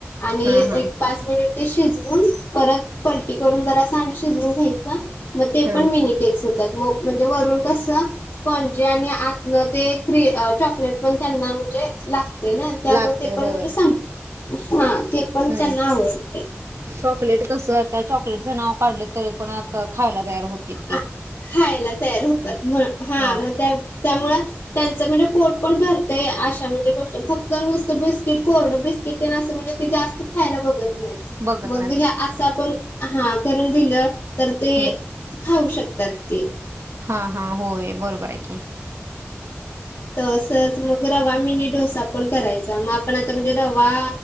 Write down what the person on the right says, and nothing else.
हा हा
हा
लागते
होय
हम्म
चॉकलेट कस आता, चॉकलेटचं नाव काढले तरी, पण आता खायला तयार होत तील ती.
होय
बघत
नाहीत
हम्म
हा हा. होय बरोबर आहे की.